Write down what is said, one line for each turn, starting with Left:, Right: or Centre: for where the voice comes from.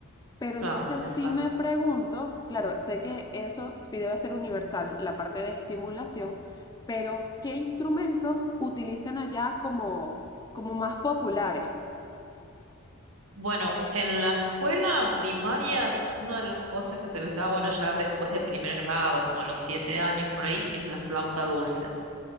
Left: Pero
Right: Claro,
Left: entonces
Right: exacto.
Left: sí me pregunto, claro, sé que eso sí debe ser universal, la parte de estimulación, pero ¿qué instrumentos utilizan allá como, como más populares?
Right: Bueno, en la escuela primaria, una de las cosas que se les da, bueno, ya después de primer grado, como a los siete años por ahí, es la flauta dulce.